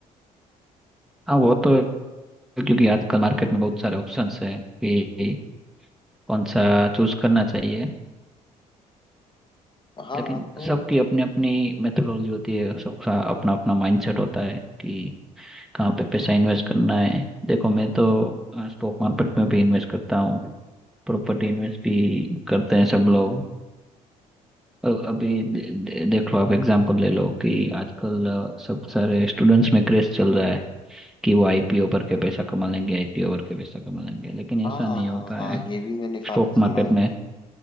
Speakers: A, in the centre; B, on the left.
A: हाँ वो तो है, क्योंकि आजकल मार्केट में बहुत सारे ऑप्शंस हैं कि कौन सा चूज करना चाहिए
B: हाँ
A: लेकिन
B: तो
A: सबकी अपनी अपनी मेथोडोलॉजी होती है सबका अपना अपना माइंडसेट होता है कि कहाँ पे पैसा इन्वेस्ट करना है देखो मैं तो स्टॉक मार्केट में भी इन्वेस्ट करता हूँ प्रॉपर्टी इन्वेस्ट भी करते हैं सब लोग अ- अभी दे, दे, देख लो आप एग्जांपल ले लो कि आजकल अ, सब सारे स्टूडेंट्स में क्रेज चल रहा है कि वो आईपीओ भर के पैसा कमा लेंगे आईपीओ भर के पैसा कमा लेंगे लेकिन
B: हाँ
A: ऐसा
B: हाँ
A: नहीं
B: हाँ
A: होता
B: हाँ,
A: है
B: ये भी मैंने काफी
A: स्टॉक
B: सुना
A: मार्केट में
B: है